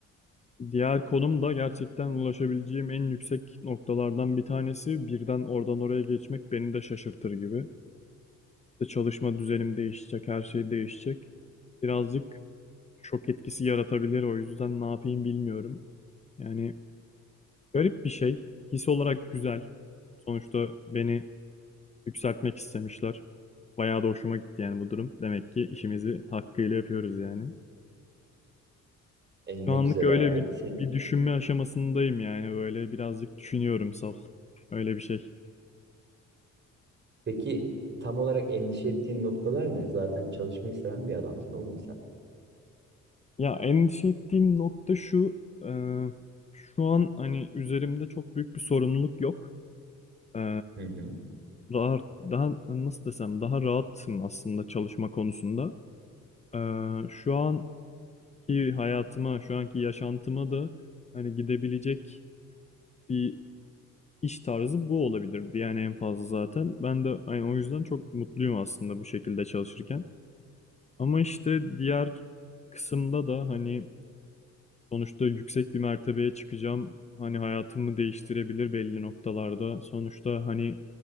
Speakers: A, on the left; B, on the right.
A: Diğer konum da gerçekten ulaşabileceğim en yüksek noktalardan bir tanesi. Birden oradan oraya geçmek beni de şaşırtır gibi. İşte çalışma düzenim değişecek, her şey değişecek. Birazcık şok etkisi yaratabilir o yüzden ne yapayım bilmiyorum. Yani garip bir şey. His olarak güzel. Sonuçta beni yükseltmek istemişler. Bayağı da hoşuma gitti yani bu durum. Demek ki işimizi hakkıyla yapıyoruz yani.
B: E,
A: Şu
B: ne
A: anlık
B: güzel
A: öyle
B: abi.
A: bir,
B: Sen-
A: bir düşünme aşamasındayım yani böyle birazcık düşünüyorum sal. Öyle bir şey.
B: peki tam olarak endişe ettiğin noktalar ne? Zaten çalışmayı seven bir adamsın oğlum sen.
A: Ya endişe ettiğim nokta şu, e, şu an hani üzerimde çok büyük bir sorumluluk yok. E,
B: Hı hı.
A: daha, daha nasıl desem daha rahatım aslında çalışma konusunda. E, şu anki hayatıma, şu anki yaşantıma da hani gidebilecek bir iş tarzı bu olabilirdi. Yani en fazla zaten. Ben de hani o yüzden çok mutluyum aslında bu şekilde çalışırken. Ama işte diğer kısımda da hani Sonuçta yüksek bir mertebeye çıkacağım. Hani hayatımı değiştirebilir belli noktalarda. Sonuçta hani